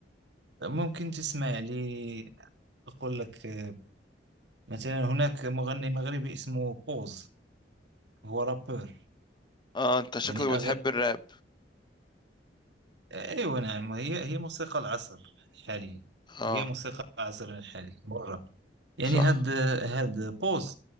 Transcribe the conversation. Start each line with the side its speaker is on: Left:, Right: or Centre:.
Right: ممكن تسمع لي أقول لك آه، مثلا هناك مغني مغربي اسمه قوز هو رابر
Left: اه انت شكلك
Right: يعني
Left: بتحب
Right: أغ...
Left: الراب
Right: أيوة نعم هي هي موسيقى العصر حاليا
Left: اه
Right: هي موسيقى العصر الحالي هو الراب يعني
Left: صح
Right: هاد هاد بوز